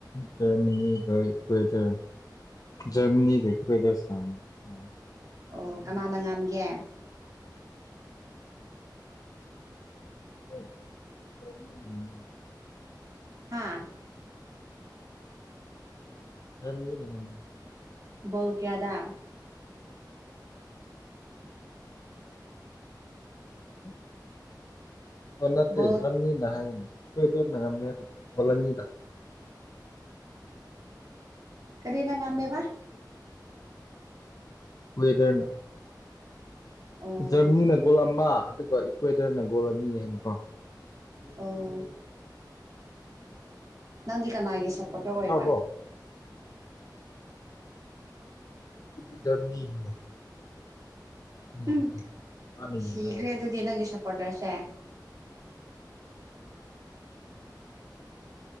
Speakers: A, on the left; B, on the right.
A: ꯖꯔꯃꯅꯤꯒ ꯏꯀ꯭ꯋꯦꯇꯔ ꯖꯔꯃꯅꯤꯒ ꯏꯀ꯭ꯋꯦꯇꯔ ꯁꯥꯟ ꯁꯥꯟ
B: ꯑꯣ ꯀꯅꯥꯅ ꯉꯝꯒꯦ <inaudible>
A: ꯍꯣꯏ ꯖꯔꯃꯅꯤꯅ ꯉꯝꯃꯦ
B: ꯍꯥꯥ
A: ꯖꯔꯃꯅꯤꯅ ꯉꯝꯃꯦ
B: ꯕꯣꯜ ꯀ꯭ꯌꯥꯗ
A: <unintelligible> ꯑꯣ ꯅꯠꯇꯦ
B: ꯕꯣꯜ
A: ꯖꯔꯃꯅꯤꯅ ꯍꯥꯏꯅꯤ ꯏꯀ꯭ꯋꯦꯇꯔꯅ ꯉꯝꯃꯦꯕ ꯒꯣꯜ ꯑꯅꯤꯗ
B: ꯀꯔꯤꯅ ꯉꯝꯃꯦꯕ
A: ꯏꯀ꯭ꯋꯦꯇꯔꯅ
B: ꯑꯣ
A: ꯖꯔꯃꯅꯤꯅ ꯒꯣꯜ ꯑꯃ ꯑꯗꯨꯒ ꯏꯀ꯭ꯋꯦꯇꯔꯅ ꯒꯣꯜ ꯑꯅꯤ ꯅꯤꯀꯣ
B: ꯑꯣ ꯅꯪꯗꯤ ꯀꯅꯥꯒꯤ ꯁꯞ ꯄꯣꯠꯇꯔ ꯑꯣꯏꯕ
A: ꯇꯥꯔꯕꯣ ꯑꯩꯗꯤ ꯖꯔꯃꯅꯤꯒꯤꯅꯦ <inaudible>
B: ꯎꯝ
A: ꯌꯦꯡꯂꯒ
B: ꯁꯤꯈ꯭ꯔꯦ ꯑꯗꯨꯗꯤ ꯅꯪꯒꯤ ꯁꯄꯣꯠꯇꯔꯁꯦ